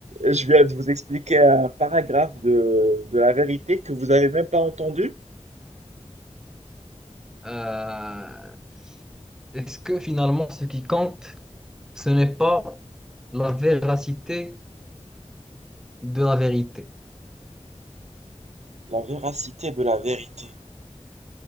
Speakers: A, on the right; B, in the centre.
A: je viens de vous expliquer un paragraphe de, de la vérité que vous n'avez même pas entendu.
B: Euh, est-ce que finalement, ce qui compte, ce n'est pas la véracité de la vérité?
A: La véracité de la vérité.